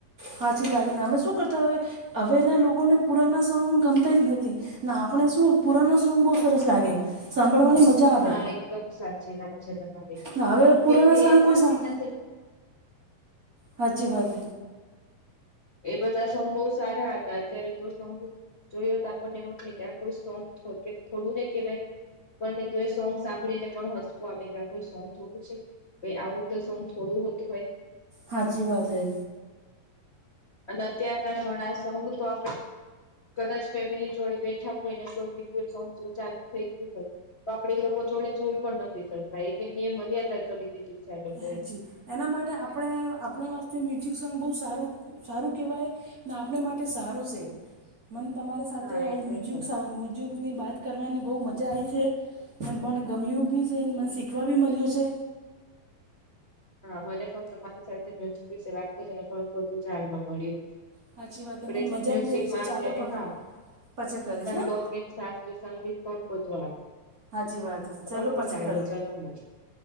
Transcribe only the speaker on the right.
પાછી લાગેને અમે શું કરતા હોય હવેના લોકોને પુરાના સોંગ ગમતા જ નથી ના આપણે શું પુરાનો સોંગ બહુ સરસ લાગે સાંભળવાની મજા આવે
ને હવે પુરાના
સોંગ
કોઈ
સા
સાચી વાત
હાચી વાત હૈ
હાજી એના માટે આપણે આપણે વાસ્તે મ્યુઝિક સોંગ બહુ સારું સારું કહેવાય ને આપણે માટે સારો છે મને તમારી સાથે
આજ
મ્યુઝિક
મ્યુઝુિકની
બાત કરવાની બહુ મજા આવી છે અને મને ગમ્યું બી છે મને શીખવા બી મળ્યું છે
સાચી વાત
મને મજા
બી આવી છે ચાલો પ
પછી કરીશ હા
સાચી વાત ચલો
પછી
કરું